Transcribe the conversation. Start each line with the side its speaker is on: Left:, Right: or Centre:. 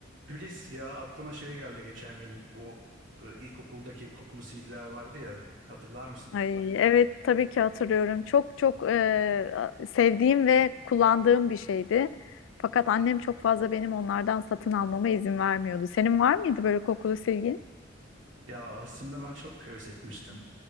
Right: Gülis ya aklıma şey geldi geçen gün bu e, ilkokuldaki kokulu silgiler vardı ya hatırlar mısın?
Left: Ay, evet tabii ki hatırlıyorum. Çok çok e, sevdiğim ve kullandığım bir şeydi. Fakat annem çok fazla benim onlardan satın almama izin vermiyordu. Senin var mıydı böyle kokulu silgin?
Right: Ya aslında ben çok heves etmiştim.